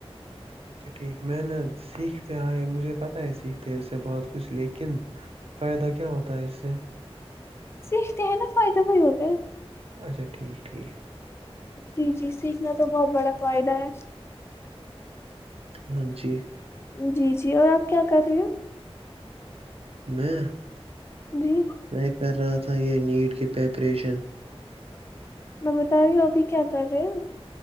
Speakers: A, on the right (about 70°); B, on the left (about 25°).
A: اچھا ٹھیک میں نےت سیکھتے آ مجھے پتاہ ہے سیکھتے ہیں اس سے بہت کچھ لیکن فائدہ کیا ہوتا ہے اس سے
B: سیکھتے ہیں نا فائدہ وہی ہوتا ہے
A: اچھا ٹھیک ٹھیک
B: جی جی سیکھنا تو بہت بڑا فائدہ ہے
A: ہاں جی
B: جی جی اور آپ کیا کر رہے ہو
A: میں
B: جی
A: میں کر رہا تھا یہ نیٹ کی پریپریشن
B: میں بتا رہی ہوں ابھی کیا کر رہے ہو